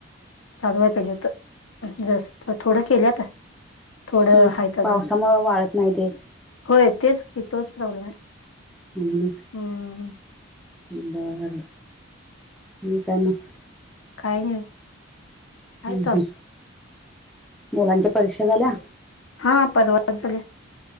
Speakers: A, on the left; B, in the centre.
A: चालू व्हाय पाहिजे होत. जस, थोडं केल्यात. थोडं
B: नीट
A: हायत अजून.
B: पावसामुळे वाळत नाही ते.
A: होय. तेच की, तोच प्रॉब्लेम आहे.
B: नेहमीच,
A: हम्म,
B: बरं-बरं, आणि काय मगं.
A: काही नाही. हाय
B: हम्म-हम्म,
A: चालू.
B: मुलांच्या परीक्षा झाल्या?
A: हा, परवाच झाल्या.